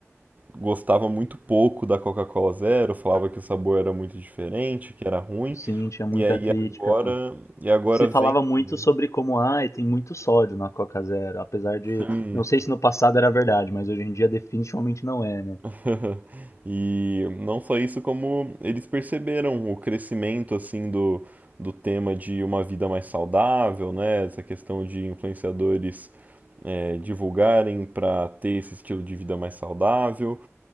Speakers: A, on the right; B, on the left.
A: gostava muito pouco da Coca-Cola Zero, falava que o sabor era muito diferente, que era ruim,
B: sim, tinha muita
A: e aí
B: crítica.
A: agora, e agora
B: Se falava
A: vem,
B: muito
A: né?
B: sobre como, ai, tem muito sódio na Coca Zero, apesar de,
A: Sim.
B: não sei se no passado era verdade, mas hoje em dia definitivamente não é, né?
A: <laughs> E não só isso, como eles perceberam o crescimento assim do, do tema de uma vida mais saudável, né? Essa questão de influenciadores eh, divulgarem para ter esse estilo de vida mais saudável,